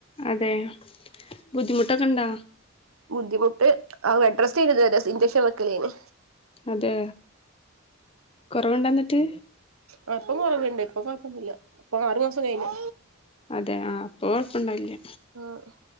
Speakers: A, on the left (about 25°); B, on the right (about 85°).
A: അതെ ബുദ്ധിമുട്ടൊക്കെണ്ടാ?
B: ബുദ്ധിമുട്ട് ആഹ് ബെഡ് റെസ്റ്റേയ്നിത് വരേ ഇഞ്ചെക്ഷൻ വെക്കലേന്
A: അതെ കൊറവ്ണ്ടന്ന്ട്ട്
B: ആഹ് ഇപ്പം കൊറവ്ണ്ട് ഇപ്പൊ കൊയ്പ്പൊന്നൂല്ല ഇപ്പാറ് മാസം കയ്ഞ്ഞു
A: അതെ ആഹ് ഇപ്പൊ കൊഴപ്പണ്ടാവൽല്ല
B: ആഹ്